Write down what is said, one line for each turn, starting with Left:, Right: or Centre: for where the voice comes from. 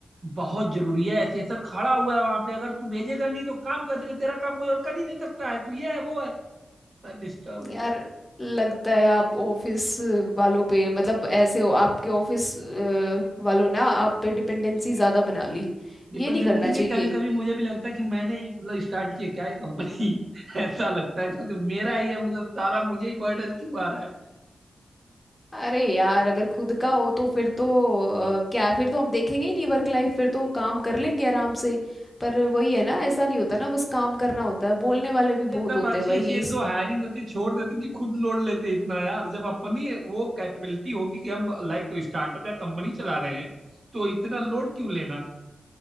Right: बहुत जरूरी है ऐसे सर खड़ा हुआ है वहां पे अगर तू भेजेगा नहीं तो काम कैसे तेरा काम कोई और कर ही नहीं सकता है तू ये है वो है मैं डिस्टर्ब हूँ।
Left: यार लगता है आप ऑफिस वालों पे मतलब ऐसे हो आपके ऑफिस वालों ना आप पे डिपेंडेंसी ज्यादा बना ली
Right: डिपेंडेंसी
Left: ये नहीं करना
Right: नहीं
Left: चाहिए
Right: कभी कभी मुझे भी लगता है कि मैंने ही मतलब स्टार्ट किया क्या ये कंपनी <laughs> ऐसा लगता है क्योंकि मेरा ही है मतलब सारा मुझे ही बर्डन क्यों आ रहा है
Left: अरे यार अगर खुद का हो तो फिर तो अ, क्या फिर तो हम देखेंगे ही नहीं वर्क लाइफ फिर तो काम कर लेंगे आराम से पर वही है ना ऐसा नहीं होता ना बस काम करना होता है बोलने वाले भी
Right: ये
Left: बहुत
Right: तब
Left: होते
Right: अच्छी
Left: हैं भाई
Right: अच्छी एक
Left: इस
Right: दो हायरिंग करके छोड़ देते कि खुद लोड लेते इतना यार जब अपनी वो कैपेबिलिटी होगी कि हम लाइक स्टार्टअप या कंपनी चला रहे हैं तो इतना लोड क्यों लेना